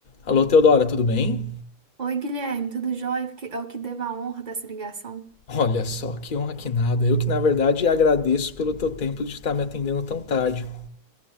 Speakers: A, on the left (about 55°); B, on the right (about 45°).
A: Alô, Teodora, tudo bem?
B: Oi, Guilherme, tudo jóia? Que- É o que devo a honra dessa ligação.
A: Olha só, que honra que nada. Eu que, na verdade, agradeço pelo teu tempo de estar me atendendo tão tarde.